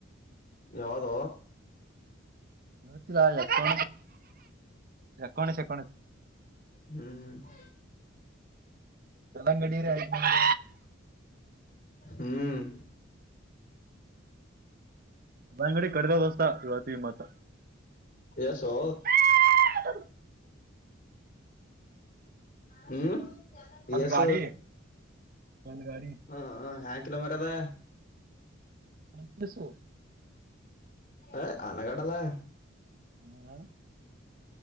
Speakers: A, on the left; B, on the right.
A: ಯಾವ್ದ
B: ನಡ್ರಕೊೋ ಎಕೋಣಶ ಎಕೋಣ
A: ಹ್ಮ್ ಹ್ಮ್
B: ಎಲ್ಲಂಗಡಿಯರಿ ಆ
A: ಹ್ಮ್
B: ಅಂಗಡಿ ಕಡ್ಗ ಬಸ್ತಾ ಯವತಿ ಮಾತ್ತ
A: ಎಸೋ
B: ಹ
A: ಹ್ಮ್
B: ಒಂದ್
A: ಎಸ
B: ಗಾಡಿ ಒಂದ್ ಗಾಡಿ
A: ಹ್ಮ ಹ ಹ್ಯಾ ಕಲೋ ಮಾರ ಅದ
B: ಪಚ ಸು
A: ಏ ಆನೆಗಾಡಲ್ಲಾ
B: ಹ್ಮ್